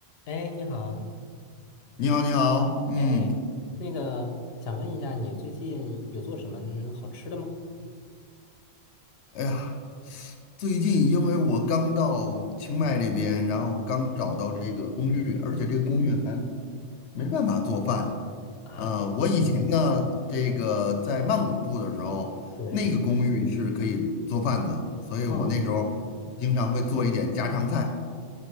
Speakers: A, on the left (about 65°); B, on the left (about 80°).
A: 哎，你好，
B: 你好，你好，嗯，
A: 哎，那个想问一下，你最近有做什么嗯好吃的吗？
B: 哎呀，最近因为我刚到清迈这边，然后刚找到这个公寓，而且这个公寓还没办法做饭。
A: 啊，
B: 啊、我以前呢，
A: 为什么呀？
B: 这个在曼谷住的时候，
A: 对，
B: 那个公寓是可以做饭的，所以我那时候经常会做一点家常菜。
A: 嗯，